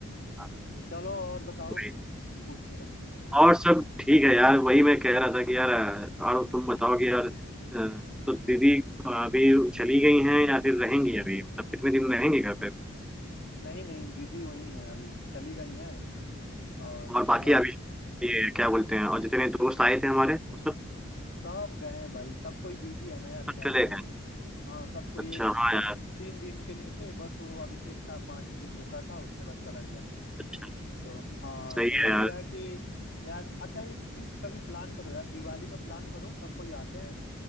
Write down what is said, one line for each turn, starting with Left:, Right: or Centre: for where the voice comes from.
Centre: अ,
Left: चलो और बताओ
Centre: वही।
Left: कुछ
Centre: और सब ठीक है यार वही मैं कह रहा था कि यार अ, और तुम बताओ कि यार अ, तो दीदी अभी चली गई हैं या फिर रहेंगी अभी मतलब कितने दिन रहेंगी घर पे अभी
Left: नहीं नहीं दीदी वही है अभी चली गई हैं और
Centre: और
Left: मतलब
Centre: बाकी अभी ये क्या बोलते हैं और जितने दोस्त आए थे हमारे वो सब
Left: सब गए हैं भाई सब कोई बिजी है ना यार
Centre: सब
Left: क्या ही
Centre: चले
Left: करोगे
Centre: गए
Left: हाँ सब कोई
Centre: अच्छा
Left: एक
Centre: हाँ
Left: दो
Centre: यार
Left: तीन दिन के लिए थे बस वो अभिषेक था पांच दिन रुका था उसके बाद चला गया
Centre: अच्छा
Left: तो हाँ
Centre: सही
Left: तो वही
Centre: है यार
Left: है कि यार अच्छा एक चीज कभी प्लान करो यार दिवाली में प्लान करो सब कोई आते हैं